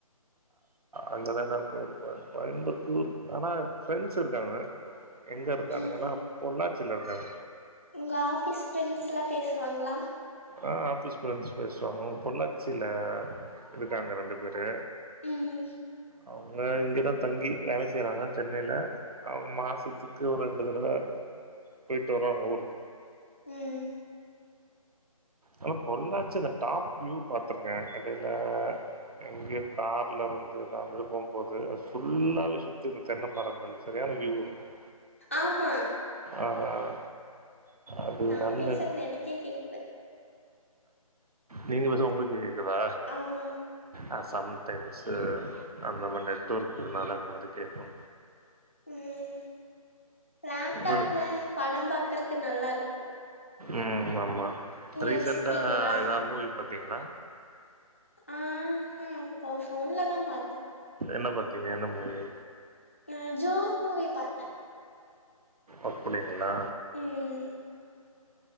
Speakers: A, on the right; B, on the left.
A: அங்க தா டா போயிருக்க கோயம்புத்தூர் ஆனா ஃப்ரெண்ட்ஸ் இருக்காங்க எங்க இருக்கானுங்கண்ணா
B: ம்
A: பொள்ளாச்சில இருக்காங்க
B: உங்க ஆபீஸ் ப்ரெண்ட்ஸ்ல்லா பேசுவாங்களா
A: ஆ ஆபீஸ் ப்ரெண்ட்ஸ் பேசுவாங்க அவுங்க பொள்ளாச்சில இருக்காங்க ரெண்டு பேரு
B: ம்
A: அவுங்க இங்கதா தங்கி வேல செய்றாங்க சென்னைல அவ மாசத்துக்கு ஒரு ரெண்டு தடவ போயிட்டு வருவாங்க ஊருக்கு
B: ம்
A: ஆனா பொள்ளாச்சி அந்த டாப் வியூ பாத்திருக்க எடைல எங்க கார்ல வந்து சாந்தரம் போம் போது அது ஃபுல்லாவே சுத்தி இந்த தென்ன மரங்கள் சரியான வியூ இருக்கும்
B: ஆமா
A: ஆஹ் அது
B: நா
A: நல்ல
B: பேசறது எனக்கே கேக்குது
A: நீங்க பேசறது உங்ளுக்கே கேக்குதா
B: ஆமா
A: ஆ சம்டைம்ஸ் அந்த மாரி நெட் ஒர்க்கனால அந்த மாரி கேட்கு
B: <inaudible> ம் லேப்டாப்ல
A: ஒரு-
B: படம் பாக்கறக்கு நல்லாருக்கு
A: ம் ஆமா ரீசென்டா
B: வச்சிருக்கீங்களா
A: ஏதாவ் மூவி பாத்தீங்களா
B: ஆ அப்போ ஃபோன்லதா பாத்தே
A: என்ன பாத்தீங்க என்ன மூவி
B: ஆ ஜோ மூவி பாத்தே
A: அப்டிங்களா
B: ம்